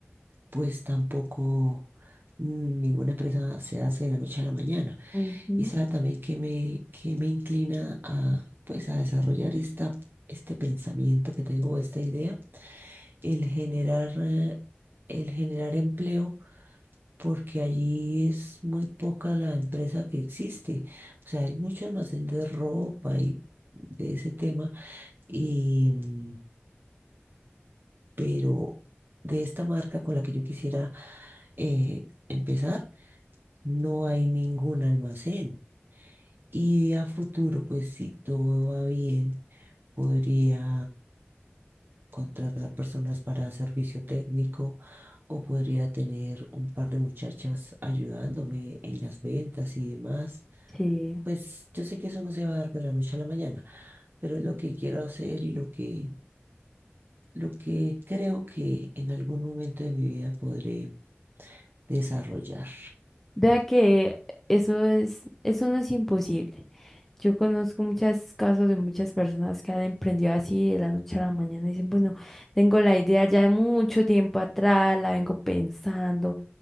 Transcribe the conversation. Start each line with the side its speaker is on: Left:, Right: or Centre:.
Right: pues tampoco mm, ninguna empresa se hace de la noche a la mañana.
Centre: ujú,
Right: Y sabe también que me, que me inclina a, pues, a desarrollar esta, este pensamiento que tengo, esta idea, el generar, eh, el generar empleo porque allí es muy poca la empresa que existe. O sea, hay mucho almacén de ropa y de ese tema, y, mm, pero de esta marca con la que yo quisiera eh, empezar, no hay ningún almacén. Y a futuro, pues si todo va bien, podría contratar personas para servicio técnico o podría tener un par de muchachas ayudándome en las ventas y demás.
Centre: sí.
Right: Pues yo sé que eso no se va a dar de la noche a la mañana, pero es lo que quiero hacer y lo que, lo que creo que en algún momento de mi vida podré desarrollar.
Centre: Vea que eso es, eso no es imposible. Yo conozco muchos casos de muchas personas que han emprendido así de la noche a la mañana. Dicen, bueno, tengo la idea ya de mucho tiempo atrás, la vengo pensando,